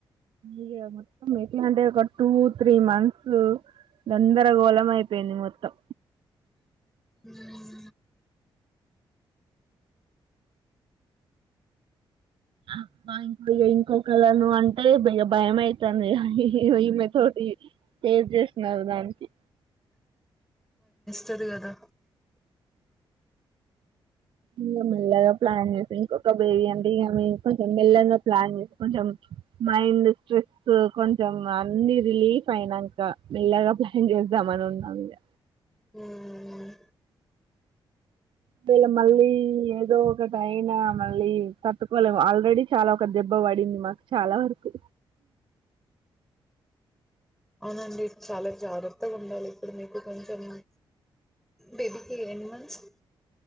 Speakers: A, on the right; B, in the centre.
A: ఇగ మొత్తం ఎట్లాంటే ఒక టూ త్రీ మంత్సు గందరగోళం అయ్పోయింది మొత్తం
B: ఉమ్
A: అబ్బా ఇంక ఇగ ఇంకొకలను అంటే బేగ భయమైతాంది ఇగ ఇగో ఈమే తోటి ఫేజ్ చేస్నాధన్కి
B: చది గదా
A: ఇంగ మెల్లగా ప్లాన్ చేస్తే ఇంకొక బేబీ అంటే ఇగ మేం కొంచం మెల్లగా ప్లాన్ చేస్ కొంచం మైండ్ స్ట్రెస్ కొంచెం అన్ని రిలీఫ్ ఐనాంక మెల్లగా ప్లాన్ చేస్ గమనుంన్నదీ ఇగ
B: ఉమ్
A: కేల మళ్ళీ ఏదో ఒకటైనా మళ్ళీ తట్టుకోలేమ్ ఆల్రెడీ చాలా ఒక దెబ్బ బడింది మాక్ చాలా వరకు
B: అవ్నండి చాలా జాగ్రత్తగా ఉండాలి ఇప్పుడు మీకు కొంచం బేబీకిి ఎన్ని మంత్స్